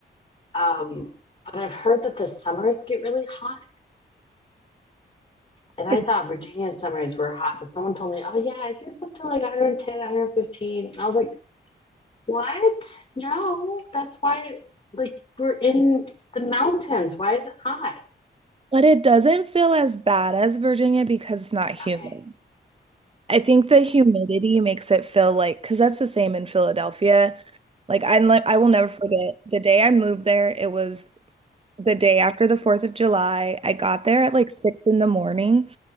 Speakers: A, on the left; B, on the right.
A: Um, but I've heard that the summers get really hot And I
B: It-
A: thought Virginia summers were hot, but someone told me, oh, yeah, it gets up to like 110, 115. I was like, what? No, that's why, like, we're in the mountains. Why is it hot?
B: But it doesn't feel as bad as Virginia because it's not humid.
A: Okay.
B: I think the humidity makes it feel like, because that's the same in Philadelphia. Like I, I will never forget the day I moved there. It was the day after the 4th of July. I got there at like six in the morning